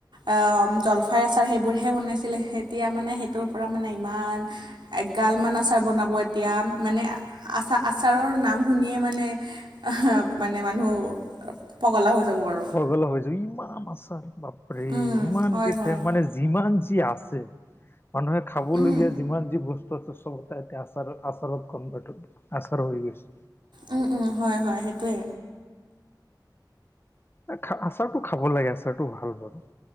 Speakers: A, on the right; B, on the left.
A: আ', জলফাইৰ আচাৰ, সেইবোৰহে বনাইছিলে। এতিয়া মানে সেইটোৰ পৰা মানে ইমান এগালমান আচাৰ বনাব এতিয়া। মানে আ' আচা আচাৰৰ নাম শুনিয়ে মানে আহা' মানে মানুহ পগলা হৈ যাব আৰু।
B: পগল হৈছোঁ। ইমান আচাৰ, বাপৰে,
A: উম
B: ইমান
A: হয়
B: কেইটা।
A: হয়
B: মানে যিমান যি আছে, মানুহে খাবলগীয়া
A: উম
B: যিমান যি বস্তু আছে। চ- চবতে এতিয়া আচাৰ, আচাৰত কনভাৰ্টত আচাৰ হৈ গৈছে।
A: উম উম, হয় হয়, সেইটোৱে।
B: <unintelligible> আচাৰটো খাব লাগে, আচাৰটো ভাল বাৰু।